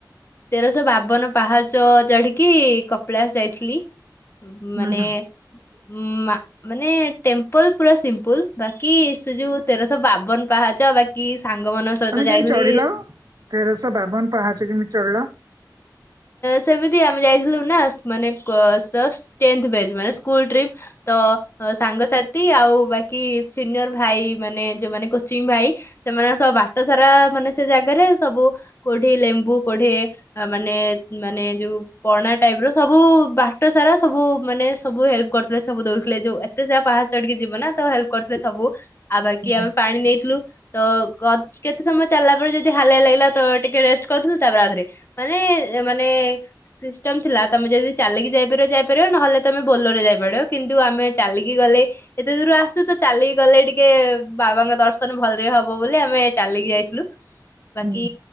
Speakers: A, on the left; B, on the right.
A: ତେରଶହ ବାବନ ପାହାଚ ଚଢିକି, କପିଲାଶ ଯାଇଥିଲି।
B: ହୁଁ
A: ମାନେ
B: ହୁଁ।
A: ଉଁ, ମାନେ ଟେମ୍ପଲ ପୁରା ସିମ୍ପଲ ବାକି ସେ, ଯୋଉ ତେର ସ ବାବନ ପାହାଚ ବାକି ସାଙ୍ଗ ମାନଙ୍କ ସହିତ
B: ତମେ କେମିତି
A: ଯାଇଥିଲି।
B: ଚଢିଲ ତେରଶହ ବାବନ ପାହାଚ କେମିତି ଚଢିଲ?
A: ସେମିତି ଆମେ ଯାଇଥିଲୁ, ନା ମାନେ ଜଷ୍ଟ ଟେନଥ ବ୍ୟାଚ ମାନେ ସ୍କୁଲ ଟ୍ରିପ ତ ସାଙ୍ଗ ସା ଆଉ ବାକି ସିନିୟର ଭାଇ ମାନେ, ଯୋଉମାନେ କୋଚିଂ ଭାଇ, ସେମାନଙ୍କ ସହ ବାଟ ସାରା ମାନେ ସେ, ଜାଗାରେ ସବୁ କୋଠୀ, ଲେମ୍ବୁ କୋଠୀ ମାନେ ମାନେ ଯଉ ପଣା ଟାଇପ ର ସବୁ, ବାଟ ସାରା ସବୁ ମାନେ ସବୁ ହେଲ୍ପ କରିଥିଲେ। ସବୁ ଦଉଥିଲେ, ଯଉ ଏତେ ସାରା ପାହାଡ ଚଢିକି ଯିବ ନା ତ ହେଲ୍ପ କରିଥିଲେ ସବୁ। ଆଉ ବାକି
B: ହୁଁ
A: ଆମେ ପାଣି ନେଇଥିଲୁ ତ କତ କେତେ ସମୟ ଚାଲିଲା ପରେ ଯଦି ହାଲିଆ ଲାଗିଲା ତ ଟିକେ ରେଷ୍ଟ କରୁଥିଲି ତାପରେ ଆଥରେ ମାନେ ଯେ ମାନେ ସିଷ୍ଟମ ଥିଲା ତମେ ଯଦି ଚାଲିକି ଯାଇପାରିବ ଯାଇପାରିବ ନହେଲେ ତମେ ବୋଲର ରେ ଯାଇପାରିବ କିନ୍ତୁ ଆମେ ଚାଲିକି ଗଲେ ଏତେ ଦୂର ଆସିଛୁ ତ ଚାଲିକି ଗଲେ ଟିକେ ବାବାଙ୍କ ଦର୍ଶନ ଭଲରେ ହବ ବୋଲି ଆମେ ଚାଲିକି ଯାଇଥିଲୁ। ବାକି
B: ହୁଁ